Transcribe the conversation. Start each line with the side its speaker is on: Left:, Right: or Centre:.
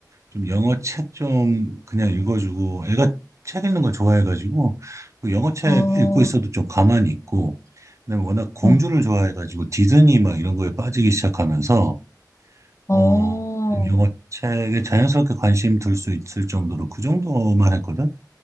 Right: 좀 영어 책 좀 그냥 읽어주고 애가 책 읽는 거 좋아해가지고 그 영어 책
Left: 어,
Right: 읽고 있어도 좀 가만히 있고, 그다음에 워낙 공주를
Left: 음,
Right: 좋아해가지고 디즈니 막 이런 거에 빠지기 시작하면서
Left: 어.
Right: 어, 영어책에 자연스럽게 관심 둘 수 있을 정도로 그 정도만 했거든?